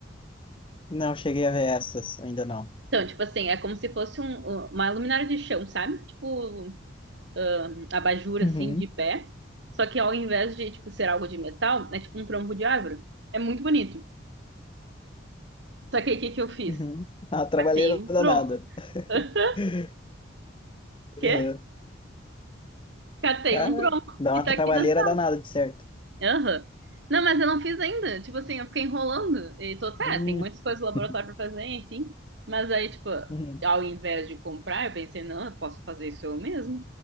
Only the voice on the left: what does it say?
Não cheguei a ver essas, ainda não.
Uhum,
uhum. <laughs> Ah, trabalheira
danada.
<laughs>
Uhum.
Cara,
dá
uma
trabalheira
danada, de certo.
Uhum.
<laughs>
Uhum.